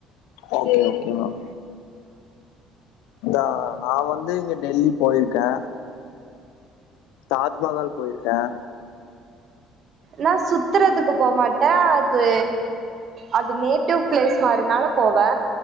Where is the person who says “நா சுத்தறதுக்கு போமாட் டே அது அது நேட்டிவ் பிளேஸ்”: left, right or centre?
Right